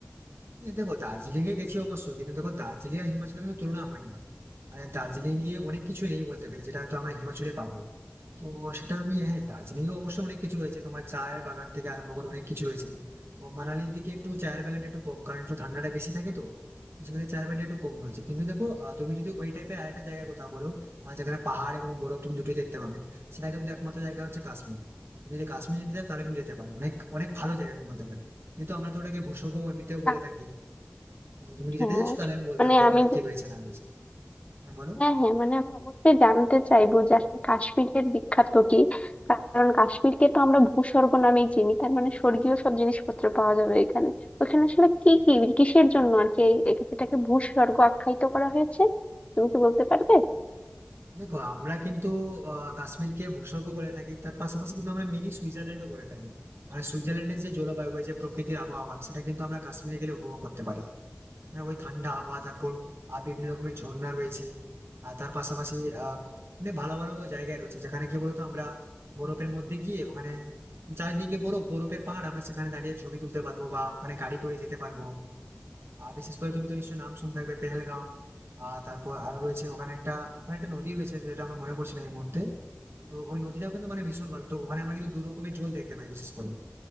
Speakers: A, on the right; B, on the left.
A: এই দেখো দার্জিলিং এ গেছি অবশ্যই কিন্তু দেখো দার্জিলিং আর হিমাচলের কিন্তু তুলনা হয় না মানে দার্জিলিং গিয়ে অনেক কিছু নেই বলতে গেলে যেটা হয়তো আমরা হিমাচলে পাবো তো সেটা আমি হ্যাঁ দার্জিলিং এ অবশ্যই অনেক কিছু রয়েছে তোমার চায়ের বাগান থেকে আরম্ভ করে অনেক কিছু রয়েছে তো মানালির দিকে একটু চায়ের বাগানটা একটু কম কারণ একটু ঠান্ডাটা বেশি থাকে তো তো সেক্ষেত্রে চায়ের বাগানটা একটু কম রয়েছে কিন্তু দেখো আহ, তুমি যদি ওই টাইপের আরেকটা জায়গার কথা বলো আহ, যেখানে পাহাড় এবং বরফ তুমি দুটোই দেখতে পাবে সেটা কিন্তু একমাত্র জায়গা হচ্ছে কাশ্মীর তুমি যদি কাশ্মীর যেতে চাও তাহলে কিন্তু যেতে পারো অনেক অনেক ভালো জায়গা আমি বলতে পারি কিন্তু আমরা তো ওটাকে ভূস্বর্গ এমনিতেও বলে
B: আহ,
A: থাকি তো তুমি কি
B: হ্যাঁ
A: যেতে চাইছো তাহলে আমি বলতাম
B: মানে
A: যে ওখানে
B: আমি
A: কি রয়েছে না রয়েছে হ্যাঁ, বলো
B: হ্যাঁ হ্যাঁ মানে আমি অবশ্যই জানতে চাইবো যে আসলে কাশ্মীরের বিখ্যাত কি কারণ কাশ্মীরকে তো আমরা ভূস্বর্গ নামেই চিনি তার মানে স্বর্গীয় সব জিনিসপত্র পাওয়া যাবে এখানে ওখানে আসলে কি কি কিসের জন্য আর কি এই- এই- এটাকে ভূস্বর্গ আখ্যায়িত করা হয়েছে তুমি কি বলতে পারবে
A: দেখো আমরা কিন্তু আহ, কাশ্মীরকে ভূস্বর্গ বলে থাকি তার পাশাপাশি কিন্তু আমরা মিনি সুইজারল্যান্ডও বলে থাকি আর সুইজারল্যান্ডের যে জলবায়ু বা যে প্রকৃতির আবহাওয়া সেটা কিন্তু আমরা কাশ্মীরে গেলে উপভোগ করতে পারি মানে ওই ঠান্ডা আবহাওয়া তারপর আহ, বিভিন্ন রকমের ঝর্ণা রয়েছে আর তার পাশাপাশি আহ মানে ভালো ভালো জায়গায় রয়েছে যেখানে কি বলতো আমরা বরফের মধ্যে গিয়ে ওখানে চারিদিকে বরফ বরফের পাহাড় আমরা সেখানে দাঁড়িয়ে ছবি তুলতে পারবো বা ওখানে গাড়ি করে যেতে পারবো আহ, বিশেষ করে তুমি তো নিশ্চয়ই নাম শুনে থাকবে পেহেলগাঁও আহ তারপর আরো রয়েছে ওখানে একটা ওখানে একটা নদী রয়েছে যেটা আমার মনে পড়ছে না এই মুহূর্তে তো ওই নদীটাও কিন্তু মানে ভীষণ ভালো তো ওখানে আমরা কিন্তু দু রকমের জল দেখতে পাই বিশেষ করে